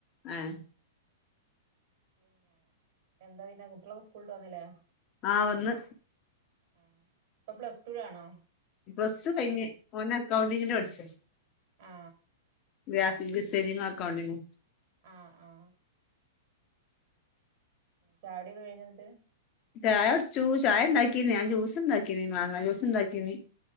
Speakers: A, on the left; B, on the right.
A: ആഹ്
B: പിന്നെ എന്താ പിന്നെ കുട്ടികളൊക്കെ സ്കൂളട്ട് വന്നില്ലേ
A: ആ വന്ന്
B: ആ ഇപ്പൊ പ്ലസ് ടുലാണോ
A: പ്ലസ് ടു കഴിഞ്ഞ് ഒന് കൗണ്ടിങ്ങിന്റെ പഠിച്ച
B: ആ
A: ഗ്രാഫിക് ഡിസൈനിംഗ്, അക്കൗണ്ടിങ്ങ്
B: ആ ആ ചായ കുടിയൊക്കെ കഴിഞ്ഞൊ എന്നിട്ട്
A: ചായ കുടിച്ചു ചായ ഉണ്ടാക്കീ ഞാൻ ജ്യൂസ് ഉണ്ടാക്കീന് മാങ്ങാ ജ്യൂസ് ഉണ്ടാക്കീന്